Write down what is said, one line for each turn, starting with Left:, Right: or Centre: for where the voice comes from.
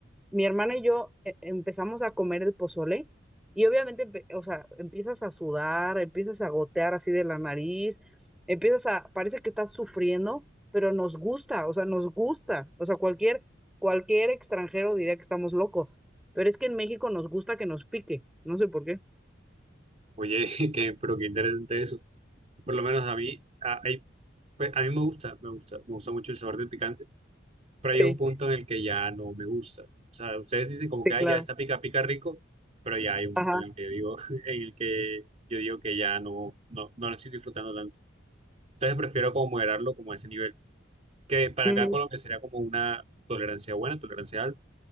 Centre: mi hermana y yo eh, empezamos a comer el pozole y obviamente, empe- o sea, empiezas a sudar, empiezas a gotear así de la nariz, empiezas a, parece que estás sufriendo, pero nos gusta, o sea, nos gusta. O sea, cualquier, cualquier extranjero diría que estamos locos, pero es que en México nos gusta que nos pique, no sé por qué.
Right: Oye, <laughs> que, pero qué interesante eso. Por lo menos a mí, a, hay- pues, a mí me gusta, me gusta, me gusta mucho el sabor del picante, pero hay
Centre: Sí,
Right: un punto en el que ya no me gusta. O sea, ustedes dicen como
Centre: sí,
Right: que "Ah,
Centre: claro.
Right: ya está pica, pica rico, pero ya hay un punto
Centre: Ajá.
Right: en el que digo, <laughs> en el que yo digo que ya no, no, no lo estoy disfrutando tanto. Entonces prefiero como moderarlo como a ese nivel, que para
Centre: Ujú.
Right: acá Colombia sería como una tolerancia buena, tolerancia alta,